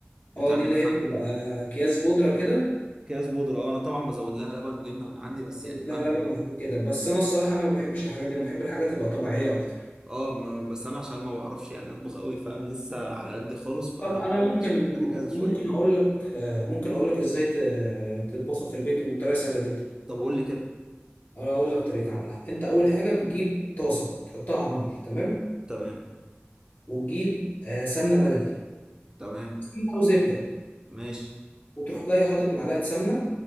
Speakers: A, on the right (about 15°); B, on the left (about 40°).
A: وتعملها
B: اه دي اللي هي بتبقى اكياس بودره كده
A: اكياس بودرة اه انا طبعا بزود لها لبن وجبنه من عندي بس
B: لا
A: يعني فاهم
B: لبن وحاجات كده بس انا الصراحه انا ما بحبش الحاجات دي انا بحب الحاجات تبقى طبيعيه اكتر
A: اه ما بس انا عشان ما بعرفش يعني اطبخ قوي فاهم لسه على قد خالص فبحاول
B: طب انا ممكن
A: امشي بالحاجات الجاهزه
B: ممكن
A: شويه دي
B: اقول لك آه، ممكن اقول لك ازاي ت- تطبخها في البيت وبطريقه سهله جدا
A: طب قول لي كده
B: اقول لك طريقه عملها انت اول حاجه بتجيب طاسه تحطها على النار تمام
A: تمام
B: وتجيب آه، سمنه بلدي
A: تمام
B: سمنة او زبده
A: ماشي
B: وتروح جاي حاطط معلقه سمنه